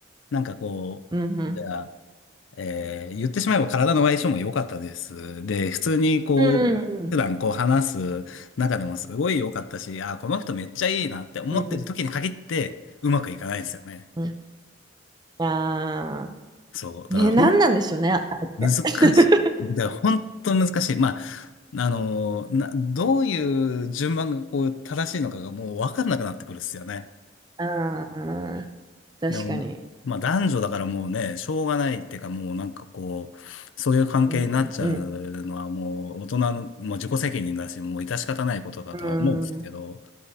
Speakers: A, on the left; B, on the right.
A: なんかこう、
B: うんうん。
A: じゃあ、えー言ってしまえば体の相性も良かったです。で、普通にこう、
B: うんうんうん。
A: 普段こう話す中でもすごい良かったし、あー、この人めっちゃいいなって思ってる時に限ってうまくいかないんですよね。
B: うんうんうん。あ
A: そう。
B: あ、
A: だから
B: ね、なんなんでしょうね、あれって。
A: 難し
B: <laughs>
A: い。だから本当難しい。まあ、あの、な、どういう順番がこう正しいのかがもう分かんなくなってくるっすよね。
B: ああ、確かに。
A: でも、まあ男女だからもうね、しょうがないっていうかもうなんかこう、そういう関係になっちゃうのはもう大人の、
B: うん、うん、
A: もう自己責任だし、もう致し方ないことだとは思うんですけど、
B: うん、うん、